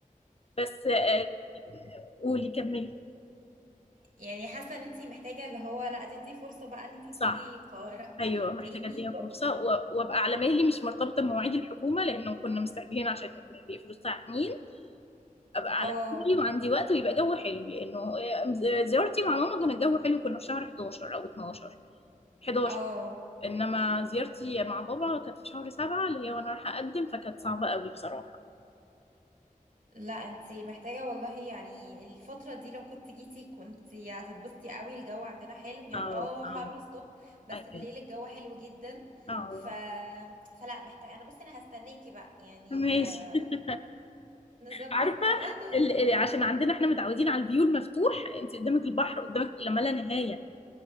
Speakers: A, on the left (about 45°); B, on the right (about 65°).
A: بس آه قولي كملي
B: يعني حاسه ان انت محتاجه اللي هو لا تدي فرصه بقى ان انت تيجي
A: صح
B: القاهره
A: ايوه محتاجه
B: تاني
A: اديها فرصه و- وابقى على مهلي مش مرتبطه بمواعيد الحكومه لانه كنا مستعجلين عشان بيقفلوا الساعه 2 ابقى
B: اه
A: على مهلي وعندي وقت ويبقى جو حلو لانه آه، زيارتي مع ماما كان الجو حلو كنا في شهر 11 او 12 11
B: اه
A: انما زيارتي مع بابا كانت في شهر 7 اللي هي وانا رايحه اقدم فكانت صعبه قوي بصراحه
B: لا انتي محتاجة والله يعني الفترة دي لو كنت جيتي كنتي هتتبسطي قوي الجو عندنا حلو يعني
A: اه
B: اه حر
A: اه
B: الصبح بس
A: ايوه
B: بالليل الجو حلو جدا
A: اه
B: ف... فلا محتاجة انا بصي انا هستناكي بقى يعني
A: ماشي
B: <laughs> آه،
A: <laughs>
B: نظبط
A: عارفه
B: مع بعض و...
A: ال- ال- عشان عندنا احنا متعودين على الفيو المفتوح انت قدامك البحر قدامك لا ما لا نهايه